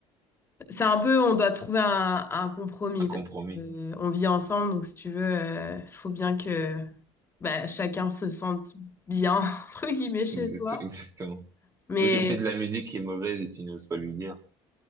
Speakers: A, on the left; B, on the right.
A: C'est un peu, on doit trouver un, un compromis
B: un compromis.
A: parce que, euh, on vit ensemble, donc si tu veux, euh, faut bien que bah, chacun se sente bien, <laughs> entre guillemets, chez
B: Exact-
A: soi.
B: <laughs> exactement.
A: Mais,
B: Ou c'est peut-être la musique qui est mauvaise et tu n'oses pas lui dire.